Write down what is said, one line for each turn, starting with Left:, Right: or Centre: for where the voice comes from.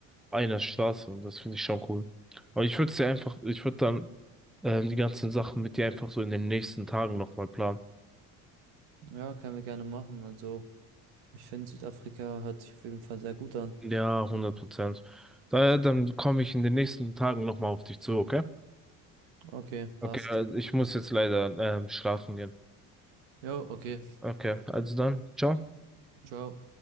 Centre: einer Straße und das finde ich schon cool. Aber ich würde es dir einfach, ich würde dann ähm, die ganzen Sachen mit dir einfach so in den nächsten Tagen nochmal planen.
Right: Ja, können wir gerne machen. Also, ich finde, Südafrika hört sich auf jeden Fall sehr gut an.
Centre: Ja, hundert Prozent. Daher, dann komme ich in den nächsten Tagen nochmal auf dich zu, okay?
Right: Okay,
Centre: Okay,
Right: passt.
Centre: also ich muss jetzt leider ähm, schlafen gehen.
Right: Jo, okay.
Centre: Okay, also dann, ciao.
Right: Ciao.